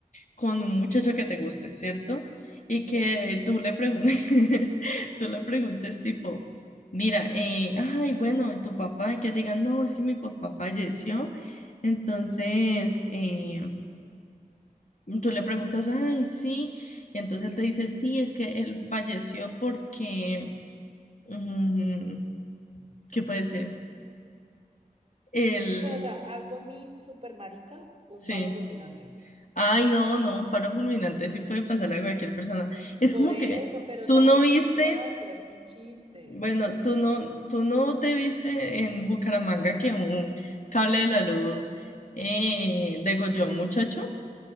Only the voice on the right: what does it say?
Oh.
Pues, o sea, algo a mí super marica, un
paro fulminante.
Por
eso,
pero
o sea,
es
sin gracia, es sin chiste.